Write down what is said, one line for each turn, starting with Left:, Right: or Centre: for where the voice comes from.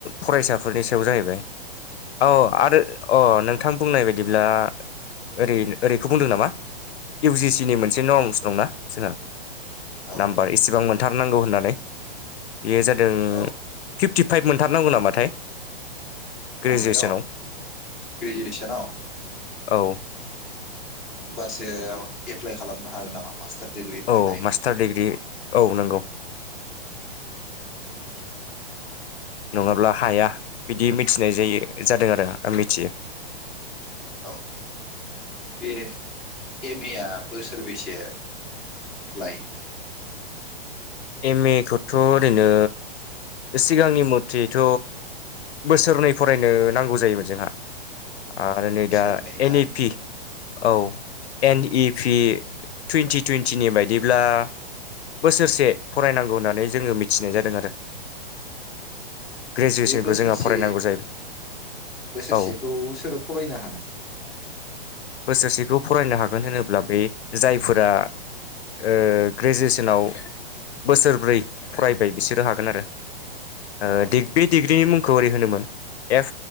Left: फरायसाफोरनि सायाव जाहैबाय। औ आरो अ नोंथां बुंनाय बायदिब्ला ओरै ओरैखौ बुंदों नामा इउ जि सि नि मोनसे नंस दंना जोंहा
Centre: औ
Left: नाम्बार इसिबां मोन थारनांगौ होननानै बेयो जादों
Centre: औ
Left: टिफाइभ मोनथारनांगौ नामाथाय
Centre: माबायाव
Left: ग्रेजुवेसनाव
Centre: ग्रिजुवेसनाव?
Left: औ
Centre: होमबासो एप्लाइ खालामनो हागोन नामा? मास्टार डिग्रिनि
Left: औ
Centre: थाखाय
Left: मास्टार डिग्रि औ नंगौ। नङाब्ला हाया बिदि मिथिनाय जायो। जादो आरो आं मिथियो।
Centre: औ बे एम ए आ बोसोरबैसे लायो?
Left: एम ए खौथ' ओरैनो सिगांनि मथेथ' बोसोरनै फरायनो नांगौ जायोमोन जोंहा। आरो नै
Centre: बोसोरनै
Left: दा एन
Centre: ना
Left: इ पि औ एन इ फि टुइन्टि टुइन्टिनि बाय दिब्ला बोसोरसे फरायनांगौ होननानै जोङो मिथिनाय जादों आरो। ग्रेजुवेसनखौ
Centre: बे बोसोरसे
Left: जोंहा फरायनांगौ जायो
Centre: बोसोरसेखौ
Left: औ
Centre: सोरो फरायनो हागोन?
Left: बोसोरसेखौ फरायनो हागोन होनोब्ला बे जायफोरा ओ ग्रेजुवेसनाव बोसोरब्रै फरायबाय बिसोरो हागोन आरो। ओ
Centre: अ
Left: डिग बे डिग्रिनि मुंखौ ओरै होनोमोन F